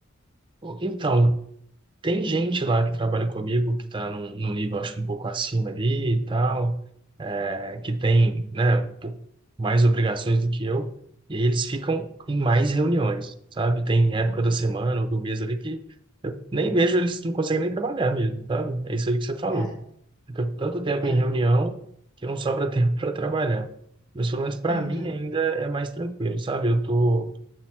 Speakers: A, on the right (about 25°); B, on the left (about 20°).
A: Então, Tem gente lá que trabalha comigo que está num, num nível, acho, que um pouco acima ali e tal, é, que tem, né, um pouco mais obrigações do que eu, e aí eles ficam em mais reuniões, sabe? Tem época
B: Uhum,
A: da semana ou do mês ali que eu nem vejo, eles não conseguem nem trabalhar mesmo, sabe? É isso aí que você falou.
B: é,
A: Fica tanto tempo
B: é,
A: em reunião que não sobra tempo <laughs> para trabalhar. Mas pelo menos para
B: uhum.
A: mim ainda é mais tranquilo, sabe? Eu tô